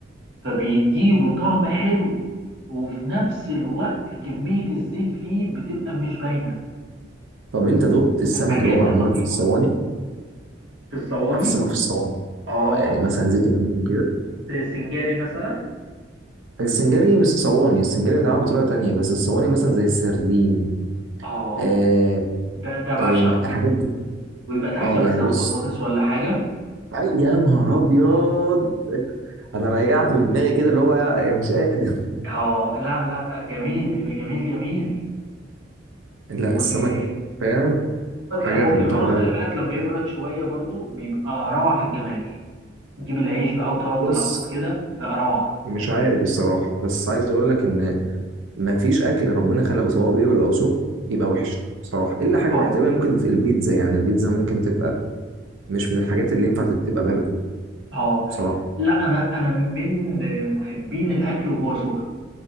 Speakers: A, on the right; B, on the right.
A: فبيديله طعم حلو وفي نفس الوقت كميه الزيت فيه بتبقى مش باينه
B: طب انت دقت السمك
A: الحاجات
B: اللي هو معمول
A: الرهيبه
B: في الصواني
A: في الصواني
B: عارف السمك في الصواني
A: اه
B: اه يعني مثلا زيت الليمون كده
A: زي السنجاري مثلا
B: السنجاري مش صواني السنجاري بيتعمل بطريقه تانية بس الصواني مثلا زي السردين
A: اه
B: آه
A: ده ده بعشقه
B: آه الحاجات دي
A: ويبقى تحتيه
B: اه
A: مثلا
B: يعني بص
A: بطاطس ولا حاجة
B: عي- يا نهار ابيض
A: اه
B: انا رجعت بدماغي كده اللي هو يا- يا مش قادر
A: اه لا لا لا جميل بيبقى جميل جميل
B: لا
A: وتقعد
B: السمك فعلا حاجه
A: هو
B: في
A: جماله
B: منتهى الروعه
A: خلي بالك لما يبرد شوية برضو بيبقى روعة في الجمال تجيب العيش بقى وتقعد
B: بص
A: تلقط كده بيبقى روعة
B: مش عارف الصراحة بس عايز اقول لك ان مفيش اكل ربنا خلقه سواء بيبل او سخن يبقى وحش بصراحة الا حاجة
A: اه
B: واحدة تقريبا ممكن في البيتزا يعني البيتزا ممكن تبقى مش من الحاجات اللي ينفع تبقى باردة
A: اه
B: بصراحة
A: لا انا انا من محبين الاكل وهو سخن